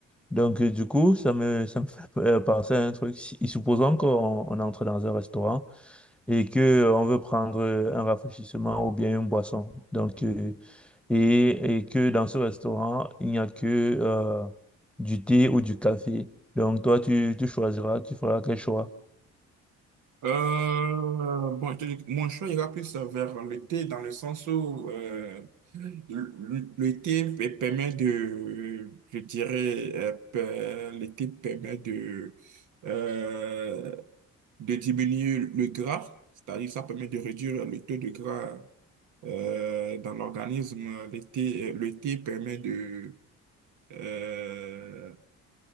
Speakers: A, in the centre; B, on the right.
A: Donc, euh, du coup, ça me, ça me fait euh, penser à un truc. Si- Supposons qu'on on entre dans un restaurant et que euh, on veut prendre euh, un rafraîchissement ou bien une boisson. Donc, euh, et, et que dans ce restaurant, il n'y a que euh, du thé ou du café. Donc, toi, tu, tu choisiras, tu feras quel choix?
B: Euh, bon, je te dis que mon choix ira plus vers le thé dans le sens où euh, le, le thé pe- permet de, je dirais, euh, pe- le thé permet de, euh, de diminuer le gras, c'est-à-dire ça permet de réduire le taux de gras euh, dans l'organisme. Le thé, le thé permet de, euh,